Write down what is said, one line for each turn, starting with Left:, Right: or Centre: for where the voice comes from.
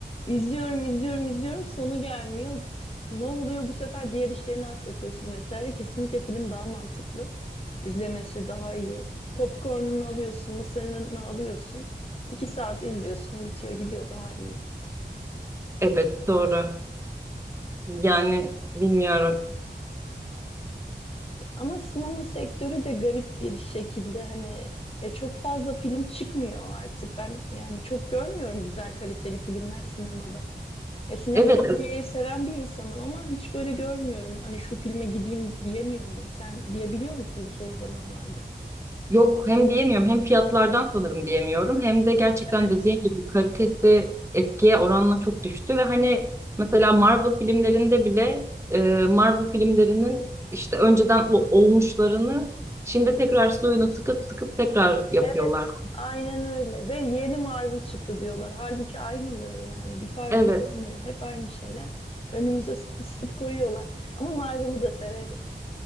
Left: İzliyorum, izliyorum, izliyorum. Sonu gelmiyor. Ne oluyor bu sefer diğer işlerini aksatıyorsun vesaire. Kesinlikle film daha mantıklı. İzlemesi daha iyi. Popcorn'unu alıyorsun, mısırını alıyorsun. İki saat izliyorsun, bitiyor, gidiyor daha iyi.
Right: Evet doğru. Yani bilmiyorum.
Left: Ama sinema sektörü de garip bir şekilde hani e, çok fazla film çıkmıyor artık. Ben yani çok görmüyorum güzel kaliteli filmler sinemada. Ya sinemaya
Right: Evet
Left: gitmeyi seven bir insanım ama hiç böyle görmüyorum. Hani şu filme gideyim diyemiyorum. Sen diyebiliyor musun bu son zamanlarda?
Right: Yok hem diyemiyorum hem fiyatlardan sanırım diyemiyorum hem de gerçekten
Left: Evet.
Right: dediğin gibi kalitesi eskiye oranla çok düştü ve hani mesela Marvel filmlerinde bile e, Marvel filmlerinin işte önceden o- olmuşlarını şimdi tekrar suyunu sıkıp sıkıp tekrar yapıyorlar.
Left: Evet. Aynen öyle. Ve yeni Marvel çıktı diyorlar. Halbuki aynıları yani. Bir farkı
Right: Evet
Left: olmuyor. Hep aynı şeyler. Önümüze sıtıp sıtıp koyuyorlar. Ama Marvel'ı da severim.